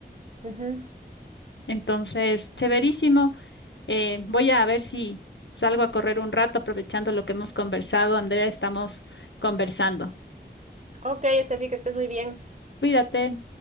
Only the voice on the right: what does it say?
ujú.
Ok, Estefi, que estés muy bien.